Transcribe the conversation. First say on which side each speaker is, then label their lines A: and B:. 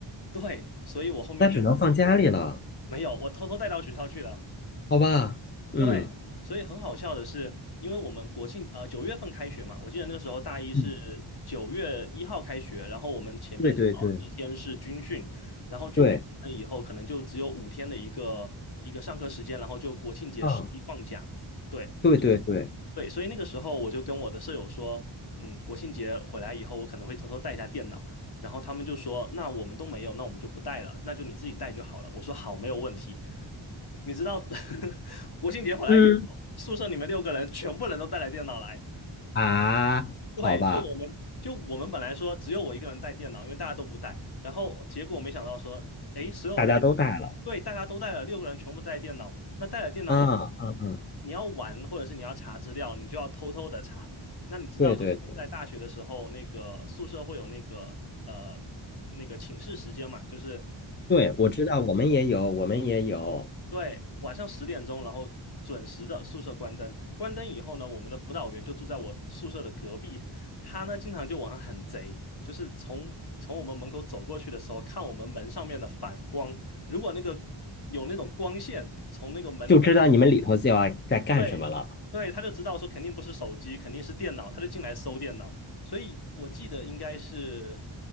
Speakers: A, on the left; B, on the left.
A: 对，所以我后面就
B: 那只能放家里了，
A: 没有，我偷偷带到学校去了。
B: 好吧？嗯。
A: 对，所以很好笑的是，因为我们国庆呃九月份开学嘛，我记得那个时候大一是九月一号开学，
B: 嗯，
A: 然后我们前面刚好几天是军训，
B: 对对对
A: 然后军训完了以后，
B: 对，
A: 可能就只有五天的一个一个上课时间，然后就国庆节十一放假。
B: 嗯，
A: 对，
B: 对对对
A: 对，所以那个时候我就跟我的舍友说，嗯，国庆节回来以后，我可能会偷偷带一下电脑。然后他们就说，那我们都没有，那我们就不带了，那就你自己带就好了。我说好，没有问题。你知道，<laughs> 国庆节回来以后，
B: 嗯，
A: 宿舍里面六个人全部人都带了电脑来，
B: 啊，
A: 对，
B: 好吧，
A: 就我们就我们本来说只有我一个人带电脑，因为大家都不带，然后结果没想到说，诶，所有人，
B: 大家都带了，
A: 对，大家都带了，六个人全部带电脑，那带了电脑以
B: 啊嗯嗯，
A: 你要玩或者是你要查资料，你就要偷偷的查。那你知道以前在大学的时候，
B: 对对对
A: 那个宿舍会有那个呃那个寝室时间嘛，就是
B: 对，我知道，我们也有，我们也有，
A: 对，晚上十点钟，然后准时的宿舍关灯。关灯以后呢，我们的辅导员就住在我宿舍的隔壁。他呢，经常就晚上很贼，就是从从我们门口走过去的时候，看我们门上面的反光。如果那个有那种光线从那个门里面
B: 就知道你们里头就要在干什么了，
A: 对，对，他就知道说肯定不是手机，肯定是电脑，他就进来搜电脑。所以我记得应该是